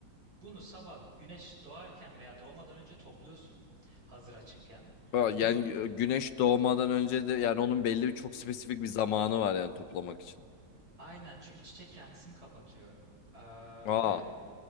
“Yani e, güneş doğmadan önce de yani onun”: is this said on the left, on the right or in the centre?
Left